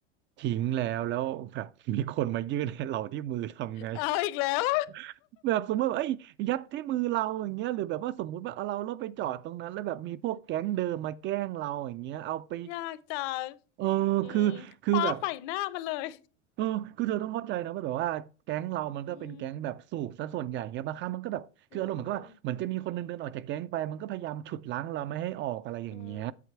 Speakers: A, on the right (about 35°); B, on the left (about 55°).
A: ทิ้งแล้วแล้วแบบมีคนมายื่นให้เราที่มือทำไง
B: เอาอีกแล้ว
A: <laughs> แบบสมมติว่าเอ้ยยัดที่มือเราอย่างเงี้ยหรือแบบว่าสมมุติว่าเอาเราเราไปจอดตรงนั้นแล้วแบบมีพวกแก๊งเดิมมาแกล้งเราอย่างเงี้ยเอาไป
B: <laughs> ยากจัง
A: เออคือคือแบบ
B: อืมปาใส่หน้ามันเลย
A: เออคือเธอต้องเข้าใจนะว่าแบบว่าแก๊งเรามันก็เป็นแก๊งแบบสูบซะส่วนใหญ่เงี้ยบางครั้งมันก็แบบคืออารมณ์เหมือนกับว่าเหมือนจะมีคนหนึงเดินออกจากแก๊งไปมันก็พยายามฉุดรั้งเราไม่ให้ออกอะไรอย่างเงี้ย
B: อืมอืมอืม